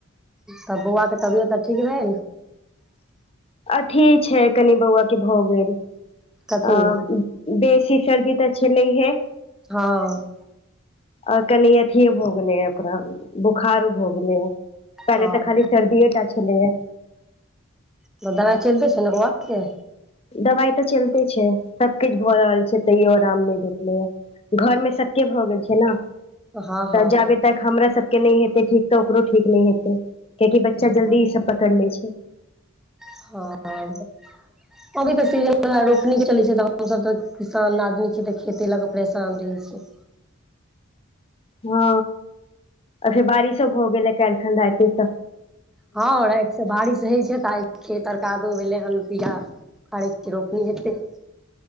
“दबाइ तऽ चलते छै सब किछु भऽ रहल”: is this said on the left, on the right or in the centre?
Left